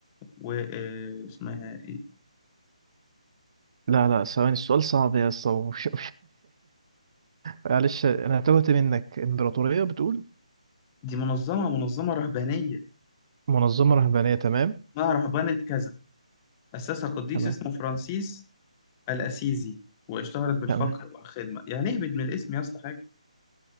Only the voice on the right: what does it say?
لا لا ثواني السؤال صعب يا اسطى <laughs> مش- معلش أنا تهت منك إمبراطورية بتقول
منظمة رهبانية تمام
تمام
تمام